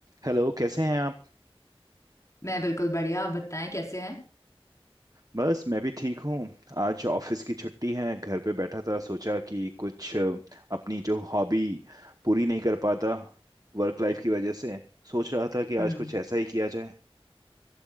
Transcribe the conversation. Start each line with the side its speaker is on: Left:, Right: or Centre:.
Right: हेलो कैसे हैं आप
Left: मैं बिल्कुल बढ़िया आप बताएं कैसे हैं
Right: बस मैं भी ठीक हूँ आज ऑफिस की छुट्टी है घर पे बैठा था सोचा कि कुछ अ, अपनी जो हॉबी पूरी नहीं कर पाता वर्क लाइफ की वजह से सोच रहा था कि
Left: हम्म
Right: आज कुछ ऐसा ही किया जाए